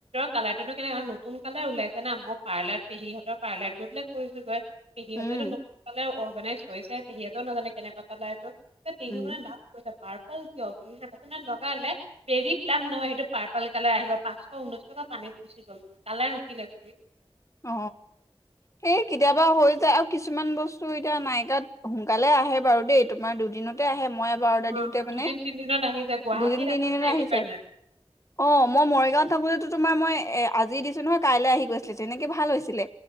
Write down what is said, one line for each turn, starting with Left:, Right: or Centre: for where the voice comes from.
Right: কালাৰটোতো কেনেক আৰু নতুন কালাৰ ওলাইছে না মই পাৰ্লাৰ পেহীহঁতৰ পাৰ্লাৰত গৈ পেলে কৰিছো গৈ পেহীহতেটো
Left: উম
Right: নতুন অৰ্গেনাইজ হৈছে পেহীহতেও নাজানে কেনেকুৱা কালাৰ পেহী
Left: উম
Right: মানে পাৰপল কিয় লগালে বেৰি প্লাম নহয় সেইটো পাৰল কালাৰ আহি গ'ল পাঁচশ ঊনৈশ টকা পানীত গুচি গ'ল। কালাৰে নুঠিলে চুলিত
Left: অ সেই কেতিয়াবা হৈ যায় আৰু কিছুমান বস্তু এতিয়া নাইকাত সোনকালে আহে বাৰু দেই তোমাৰ দুদিনতে আহে মই এবাৰলে
Right: অ
Left: দিওতে মানে
Right: দুদিন তিনদিনত আহি যায় গুৱাহাটীত
Left: দুদিন তিনদিনতে
Right: আছে যে এইটো
Left: আহিছে।
Right: কাৰণে
Left: অ মই মৰিগাওত থাকোতেতো তোমাৰ মই এ আজি দিছো নহয় কাইলৈ আহি গৈছিলে। তেনেকে ভাল হৈছিলে